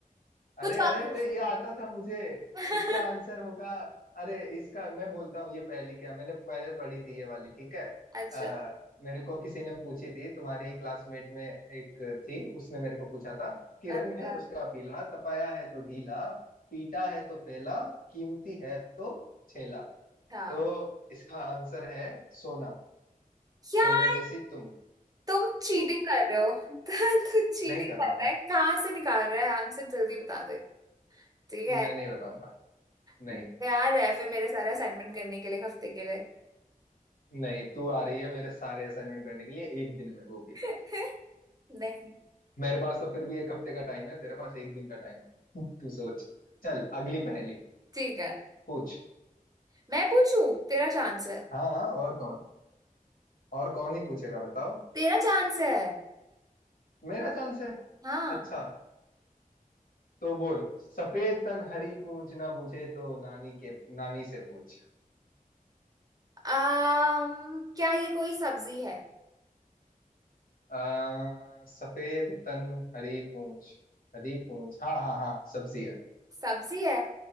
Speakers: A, on the left; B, on the right.
A: अरे
B: कुछ
A: अरे
B: और
A: अरे ये आता था मुझे
B: पूछ-
A: इसका
B: <laughs>
A: आंसर होगा अरे इसका मैं बोलता हूँ ये पहली क्या मैंने पहले पढ़ी थी ये वाली ठीक है
B: अच्छा
A: आ, मेरे को किसी ने पूछी थी तुम्हारी क्लासमेट में एक थी उसने मेरे को पूछा था कि रंग
B: अच्छा
A: है उसका पीला तपाया है तो ढीला पीटा है तो फैला कीमती है तो छेला
B: हाँ
A: तो इसका आंसर है सोना
B: यार
A: सोने जैसी तुम
B: तुम चीटिंग
A: <laughs> नहीं
B: कर रहे हो <laughs> तू चीटिंग
A: कर
B: कर
A: रहा हूँ
B: रहा है कहाँ से निकाल रहा है आंसर जल्दी बता दे ठीक है
A: मैं नहीं बताऊंगा
B: तैयार
A: नहीं
B: है फिर मेरे सारे असाइनमेंट करने के लिए एक हफ्ते के लिए
A: नहीं तू आ रही है मेरे सारे असाइनमेंट करने के लिए एक दिन में वो भी
B: <laughs> नहीं
A: मेरे पास तो फिर भी एक हफ्ते का टाइम है तेरे पास एक दिन का टाइम है <laughs> तू सोच चल अगली पहेली
B: ठीक है
A: पूछ
B: मैं पूछू तेरा चांस है
A: हाँ हाँ और कौन और कौन ही पूछेगा बताओ
B: तेरा चांस है
A: मेरा चांस है
B: हाँ
A: अच्छा तो बोल सफेद तन हरी पूछ ना बूझे तो नानी के नानी से पूछ
B: आम, क्या ये कोई सब्जी है
A: आ, सफेद तन हरी पूछ हरी पूछ हाँ हाँ हाँ सब्जी है
B: सब्जी है